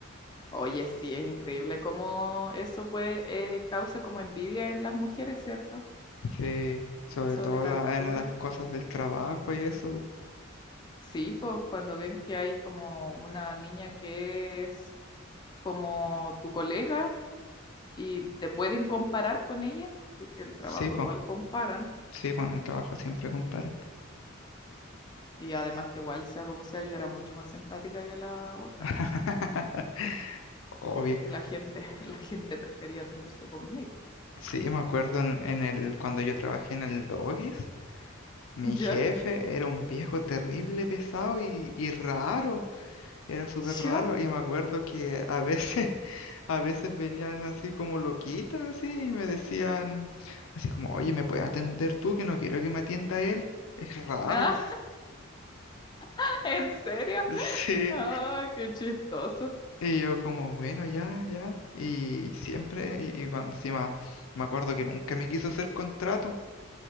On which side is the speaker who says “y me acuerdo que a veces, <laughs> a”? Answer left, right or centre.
Left